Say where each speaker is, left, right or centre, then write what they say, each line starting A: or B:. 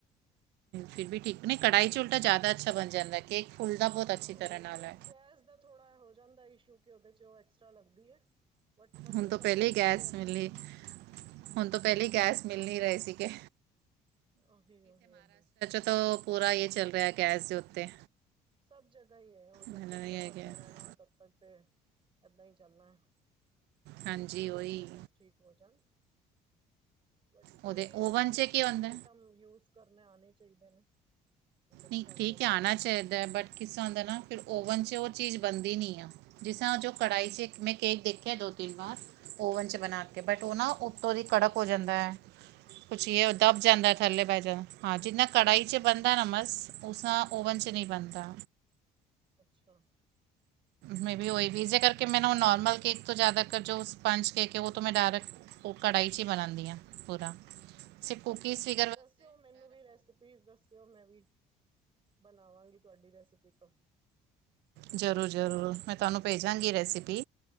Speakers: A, on the right (about 85°); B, on the right (about 30°).
A: ਫਿਰ ਵੀ ਠੀਕ ਨਈ ਕੜਾਹੀ 'ਚ ਉਲਟਾ ਜਾਦਾ ਅੱਛਾ ਬਣ ਜਾਂਦੈ। ਕੇਕ ਫੁਲਦਾ
B: ਹਾਂ
A: ਬੋਤ ਅੱਛੀ
B: ਉਹ
A: ਤਰ੍ਹਾਂ ਨਾਲ
B: ਬਸ
A: ਐ।
B: ਗੈਸ ਦਾ ਥੋੜ੍ਹਾ ਹੋ ਜਾਂਦੈ ਇਸ਼ੂ ਕਿ ਓਹਦੇ 'ਚ ਓ ਐਕਸਟਰਾ ਲੱਗਦੀ ਏ। ਬਟ ਵਧੀਆ
A: ਹੁਣ ਤੋਂ
B: ਬਨਦੈ
A: ਪਹਿਲੇ
B: ਉਹਦੇ
A: ਹੀ ਗੈਸ
B: 'ਚ ਐਸਾ
A: ਮਿਲੀ
B: ਨਈ ਐ।
A: ਹੁਣ ਤੋਂ ਪੈਲੇ ਈ ਗੈਸ ਮਿਲ ਨੀ ਰਏ ਸੀਗੇ।
B: ਓਹੀ, ਓਹੀ, ਓਹੀ।
A: ਤ ਪੂਰਾ ਯੇ ਚੱਲ ਰਿਐ ਗੈਸ ਦੇ ਉੱਤੇ।
B: ਸਭ ਜਗਾ ਈ ਐ ਓ ਜਦ
A: ਮੈਨੂੰ
B: ਤੱਕ ਵਾਰ
A: ਇਹ ਹੈ ਕਿ
B: ਦਾ ਰੈਨੈ ਤਬ ਤੱਕ ਤੇ ਐਦਾਂ ਈ ਚੱਲਨੈ।
A: ਹਾਂਜੀ
B: ਦੇਖੋ ਸਿਚੁਏਸ਼ਨਸ
A: ਉਹੀ
B: ਠੀਕ ਹੋ ਜਾਣ ਬਟ ਸਈ
A: ਉਹਦੇ ਓਵਨ
B: ਐ ਇਲੈਕਟ੍ਰੋਨਿਕ
A: 'ਚ ਕੀ ਹੁੰਦਾ
B: ਆਈਟਮ ਯੂਸ ਕਰਨੇ ਔਣੇ ਚਾਈਦੇ ਨੇ। ਇੰਡਕਸ਼ਨ
A: ਨਈ ਠੀਕ
B: ਹੋ ਗਿਆ
A: ਐ ਆਣਾ ਚਾਈਦੈ ਬਟ ਕਿਸਾਂ ਦਾ
B: ਹੂੰ
A: ਨਾ ਫਿਰ ਓਵਨ 'ਚ ਓ ਚੀਜ਼ ਬਨਦੀ ਨਈ ਆ। ਜਿਸਾਂ ਜੋ ਕੜਾਈ 'ਚ ਏੱਕ ਮੈਂ ਕੇਕ ਦੇਖ਼ੇਆ ਦੋ-ਤਿੰਨ ਵਾਰ ਓਵਨ 'ਚ
B: ਹੂੰ
A: ਬਣਾ ਕੇ ਬਟ ਓ ਨਾ ਉੱਤੋਂ ਦੀ ਕੜਕ ਹੋ ਜਾਂਦੈ। ਕੁਛ ਯੇ ਓ
B: ਅੱਛਾ
A: ਦੱਬ ਜਾਂਦੈ, ਥੱਲੇ ਬੈ ਜਾਂ। ਹਾਂ, ਜਿੰਨਾ ਕੜਾਈ
B: ਅੱਛਾ
A: 'ਚ ਬਣਦਾ ਨਾ ਮਰ ਸ ਓਸਾਂ
B: ਹੂੰ
A: ਓਵਨ 'ਚ ਨਈ ਬਨਦਾ।
B: ਅੱਛਾ।
A: ਮੇ ਬੀ ਓਈ ਵੀ ਇਸੇ ਕਰਕੇ ਮੇਨੂੰ ਨੋਰਮਲ ਕੇਕ ਤੋਂ ਜਾਦਾ ਜੋ ਸਪੰਚ ਕੇਕ ਏ ਓ ਤਾਂ ਮੈਂ ਡਾਇਰੈਕਟ ਓ ਕੜਾਈ 'ਚ ਈ ਬਣਾਂਦੀ ਆਂ ਪੂਰਾ ਸੇ ਕੂਕੀਜ਼ ਵੀ
B: ਦੱਸਿਓ ਮੈਨੂੰ ਵੀ ਰੈਸਪੀਜ਼ ਦੱਸਿਓ ਮੈਂ ਵੀ ਬਣਾਵਾਂਗੀ ਤੁਆਡੀ ਰੈਸਿਪੀ ਤੋ।
A: ਜ਼ਰੂਰ-ਜ਼ਰੂਰ ਮੈਂ ਤੁਆਨੂੰ ਭੇਜਾਂਗੀ ਰੈਸਿਪੀ